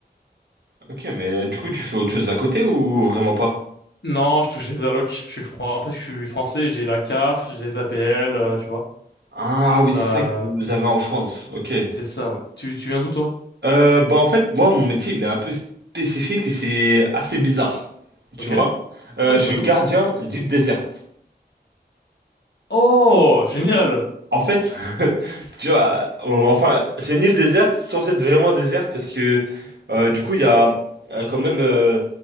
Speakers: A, on the right; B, on the left.
A: Ok, mais euh, du coup, tu fais autre chose à côté ou vraiment pas?
B: Non, je touche les allocs. Je suis fran- En fait, je suis français, j'ai la CAF, j'ai les APL, euh, tu vois.
A: Ah oui, c'est
B: Euh,
A: ça que vous avez en France. Ok.
B: c'est ça, ouais. Tu, tu viens d'où, toi?
A: Euh, bah en fait, moi, mon métier, il est un peu spécifique et c'est assez bizarre. Tu
B: Ok.
A: vois? Euh,
B: Ouais, dis-moi
A: je suis
B: tout.
A: gardien d'île déserte.
B: Oh, génial.
A: En fait, <laughs> tu vois, on- enfin, c'est une île déserte, censée être vraiment déserte, parce que euh, du coup, il y a euh, quand même euh,